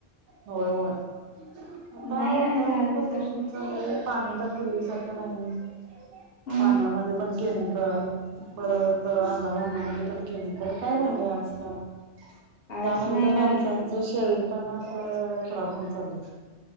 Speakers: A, on the right; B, on the left.
A: होय होय आता
B: नाही
A: वातावरण
B: राहिला आधीसारखं
A: पण दूषित झालंय पाणी पण पूर्वीसारखं नाही.
B: अहं
A: पाण्यामध्ये पण केमिकल बरत अन्णाधान्यामध्ये पण केमिकल काय राहिलय आजकाल.
B: काहीच
A: त्यामध्ये
B: नाही
A: तर
B: राहिलं.
A: माणसांचं शरीर पण अस अ खराब होऊन चाललंय.